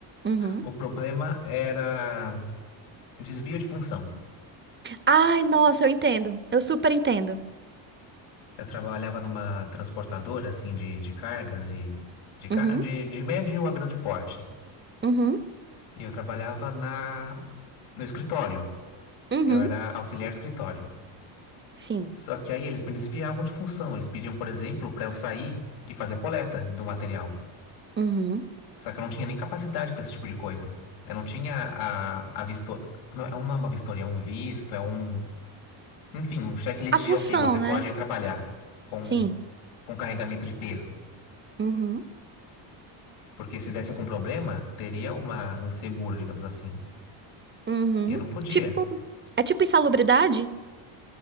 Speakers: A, on the right; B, on the left.
A: Uhum.
B: O problema era desvio de função.
A: Ai, nossa, eu entendo. Eu super entendo.
B: Eu trabalhava numa transportadora, assim, de, de cargas e... De, car-
A: Uhum,
B: de, de médio a grande porte.
A: uhum,
B: E eu trabalhava na, no escritório.
A: uhum.
B: Eu era auxiliar de escritório.
A: Sim.
B: Só que aí eles me desviavam de função. Eles pediam, por exemplo, para eu sair e fazer a coleta do material.
A: Uhum.
B: Só que eu não tinha nem capacidade para esse tipo de coisa. Eu não tinha a, a visto... Não, é um- não é uma vistoria, é um visto, é um... Enfim, um checklist
A: A função,
B: de, ok, você
A: né?
B: pode ir trabalhar com,
A: Sim.
B: com carregamento de peso.
A: Uhum,
B: Porque se desse algum problema, teria uma, um seguro, digamos assim.
A: uhum.
B: E eu não podia.
A: Tipo, é tipo insalubridade?